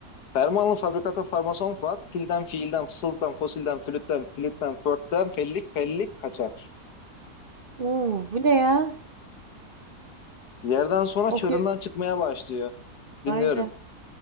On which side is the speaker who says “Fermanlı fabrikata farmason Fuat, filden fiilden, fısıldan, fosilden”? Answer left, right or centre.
Left